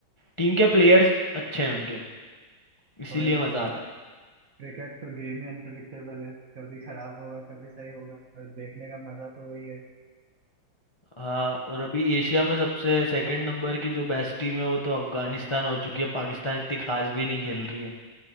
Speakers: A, on the left; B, on the right.
A: टीम के प्लेयर्स अच्छे हैं उनके इसीलिए
B: और
A: मज़ा आता है
B: क्रिकेट तो गेम ही अनप्रिडिक्टेबल है कभी खराब होगा कभी सही होगा और देखने का मजा तो वही है
A: हाँ और अभी एशिया में सबसे सेकंड नंबर की जो बेस्ट टीम है वो तो अफगानिस्तान हो चुकी है पाकिस्तान इतनी खास भी नहीं खेल रही है